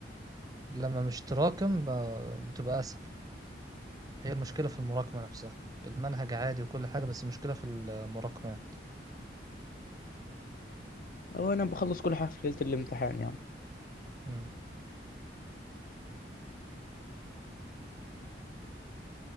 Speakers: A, on the right (about 20°); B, on the left (about 50°).
A: لما مش تراكم ب- بتبقى اسهل هي المشكلة في المراكمة نفسها المنهج عادي وكل حاجة بس المشكلة في المراكمات
B: هو انا بخلص كل حاجة في ليلة الامتحان يعني
A: مم.